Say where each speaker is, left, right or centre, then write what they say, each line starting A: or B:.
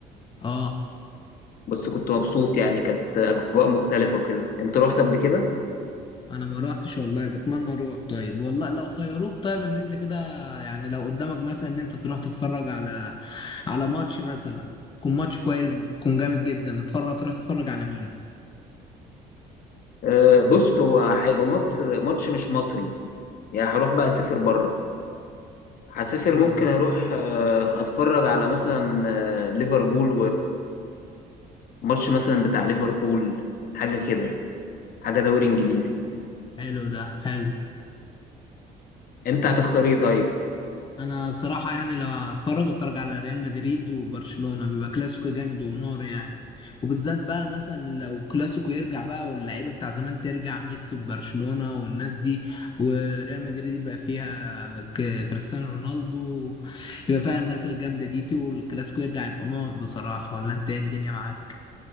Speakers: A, on the left (about 30°); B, on the left (about 60°).
A: اه
B: بس كنت مبسوط يعني كانت أجواء مختلفة وكده أنت رحت قبل كده؟
A: انا ما رحتش والله بتمنى اروح طيب والله لو خيروك طيب ان انت كده يعني لو قدامك مثلا ان انت تروح تتفرج على على ماتش مثلا يكون ماتش كويس يكون جامد جدا اتفرج تروح تتفرج على مين
B: آه، بص هو هيبقى مصر ماتش مش مصري يعني هروح بقى أسافر بره هسافر
A: حلو
B: ممكن
A: ده
B: أروح آه، أتفرج على مثلا آه، ليفربول وماتش مثلا بتاع ليفربول حاجة كده حاجة دوري إنجليزي
A: حلو ده حلو
B: أنت
A: آه،
B: هتختار إيه طيب؟
A: انا بصراحه يعني لو هتفرج اتفرج على ريال مدريد وبرشلونه بيبقى كلاسيكو جامد ونار يعني وبالذات بقى مثلا لو كلاسيكو يرجع بقى واللعيبه بتاع زمان ترجع ميسي ببرشلونه والناس دي وريال مدريد يبقى فيها ك- كريستيانو رونالدو يبقى فيها الناس الجامده دي والكلاسيكو يرجع يبقى نار بصراحه ولا انت ايه الدنيا معاك